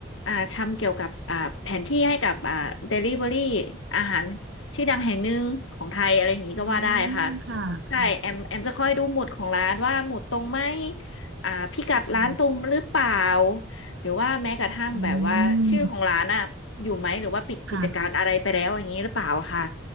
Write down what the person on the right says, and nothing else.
อืมค่ะค่ะ
อ๋อ
อืมค่ะ